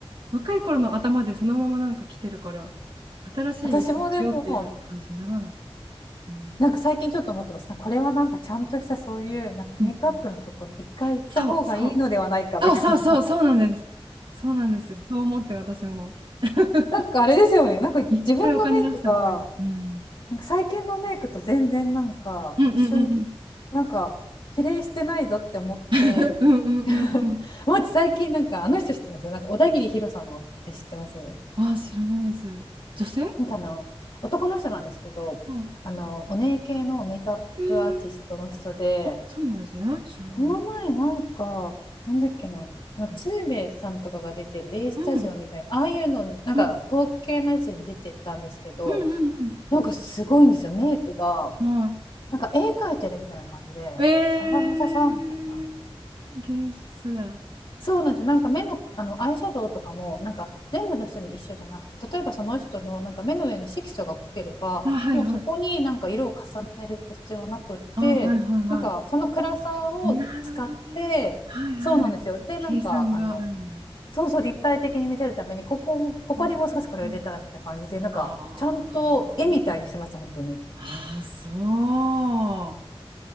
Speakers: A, on the right; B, on the left.
A: 若い頃の頭でそのままなんか来てるから、新しい色にしようっていう感じにならない。
B: 私もでも
A: うん、
B: なんか最近ちょっと思ってました。これはなんかちゃんとしたそういうなんかメイクアップのとこに一回行った方がいいのではないかみたいな。
A: うんうん。そうそう。そうそうそう、そうなんです。そうなんですよ。そう思って私も。<laughs>
B: <laughs> なんかあれですよね。なんか自分のメイクが、
A: 一回お金出した方がいい。うん。
B: なんか最近のメイクと全然なんか一緒に
A: うんうんうんうん。
B: なんか比例してないぞって思って。
A: <laughs> うんうんうんうん。
B: <laughs> まず最近なんかあの人知ってますなんか小田切ヒロさんのって知ってます
A: ああ、知らないです。女性
B: なんかあの男の人なんですけど、
A: うん。
B: あのお姉系のメイクアップアーティストの人で、
A: えー、あ、そうなんですね。知らない
B: この前なんか、なんだっけな、
A: う
B: 鶴瓶さんとかが出てる A スタジオみたいな、
A: ん、うん、
B: ああいうのに、なんかトーク系のやつに出てったんですけど、
A: うん、うん、
B: なんかすごいんですよ、メイクが。
A: うんは
B: なんか絵描いてるみたいな感じで、
A: い。えー、
B: シャラシャラシャラみたいな。
A: 芸術だ。
B: そうなんですよ。なんか目の、あのアイシャドウとかも、なんか全部の人に一緒じゃなくて、例えばその人のなんか目の上の色素が濃ければ、
A: あ、はいはい。
B: もうそこになんか色を重ねる必要はなくって、
A: あ、はいはいは
B: なんかその暗さを使って、
A: い。なるほどね。はいはい。
B: そうなんですよ。で、
A: 計算があるんだ。
B: なんかあの、そうそう立体的に見せるために、ここ、ここにもう少しこれを入れたらみたいな感じで、
A: うんうん
B: なんかちゃんと絵みたいにしてました、
A: あー
B: 本当に。い
A: あー、そう。